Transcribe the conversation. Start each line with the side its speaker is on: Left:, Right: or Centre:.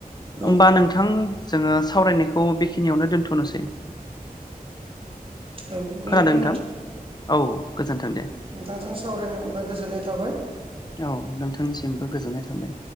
Left: होमबा
Right: औ
Left: नोंथां जोङो सावरायनायखौ बेखिनिआवनो दोन्थ'नोसै
Right: औ गोजोनथों
Left: खोनादों नोंथां औ गोजोन्थों दे
Right: नोंथांजों सावरायनो मोना गोजोननाय थाबाय
Left: औ नोंथांनिसिमबो गोजोननाय थाबाय